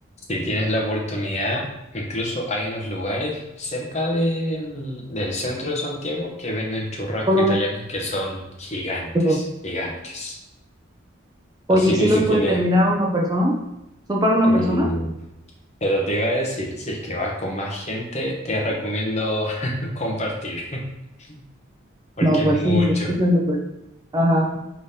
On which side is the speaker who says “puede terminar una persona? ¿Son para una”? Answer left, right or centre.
Right